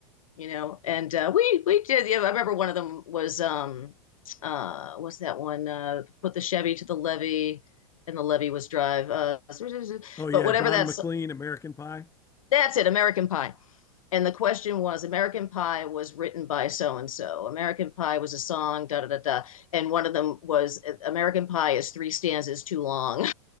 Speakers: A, on the left; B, on the left.
A: you know and uh, we we did yeah, i remember one of them was um uh what's that one uh put the chevy to the levee and the levee was drive uh
B: Oh yeah,
A: but whatever
B: Don
A: that's
B: McLean, American Pie.
A: that's it american pie and the question was american pie was written by so and so american pie was a song da da da da and one of them was american pie is three stanzas too long